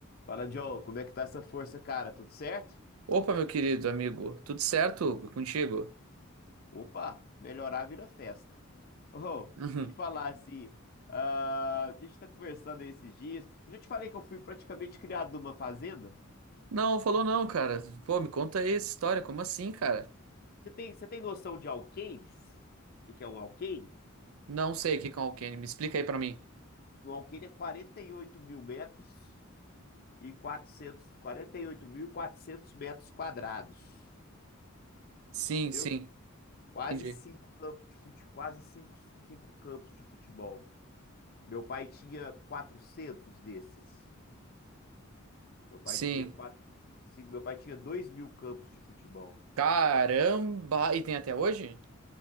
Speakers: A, on the left; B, on the right.
A: Fala, John, como é que tá essa força, cara? Tudo certo?
B: Opa, meu querido amigo, tudo certo contigo? <laughs>
A: Opa, melhorar vira festa. Ô,
B: Uhum.
A: te falar assim, ah, a gente tá conversando aí esses dias. Eu já te falei que eu fui praticamente criado numa fazenda.
B: Não, falou não, cara. Pô, me conta aí essa história, como assim, cara?
A: Você tem, você tem noção de alqueires? O que que é um alqueire?
B: Não sei o que com Alkane, me explica aí pra mim.
A: Um alqueire é quarenta e oito mil metros e 400, quatrocentos metros quadrados,
B: Sim,
A: entendeu?
B: sim,
A: Quase
B: entendi.
A: cinco campos de fute, quase cinco, cinco campos de futebol. Meu pai tinha 400 desses. Meu pai
B: Sim.
A: tinha quatro, cinco, meu pai tinha dois mil campos de futebol.
B: Caramba! E tem até hoje?